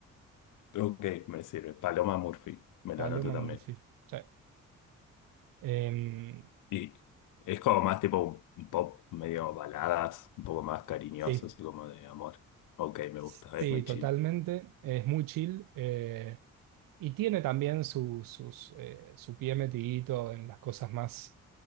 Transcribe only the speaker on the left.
Ok, me sirve. Paloma Murphy, me
lo anoto también.
Y es como más tipo un un pop medio baladas, un poco más cariñoso,
así como de amor. Ok, me
gusta, es muy
chill.